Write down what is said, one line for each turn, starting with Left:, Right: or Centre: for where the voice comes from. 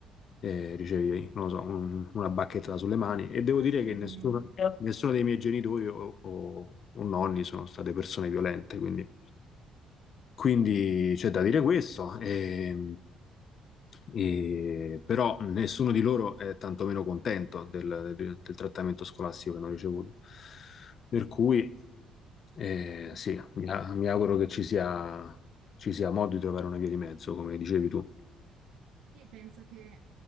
Left: eh, ricevi, non lo so, un- una bacchetta sulle mani. E devo
Right: Assolutamente.
Left: dire che nessuno, nessuno dei miei genitori o, o- o nonni sono state persone violente, quindi, quindi c'è da dire questo. E, e- però nessuno di loro è tantomeno contento del, del- del trattamento scolastico che hanno ricevuto. Per cui, eh,
Right: Sì.
Left: sì, mi, mi auguro che ci sia, ci sia modo di trovare una via di mezzo, come dicevi tu.
Right: Io penso che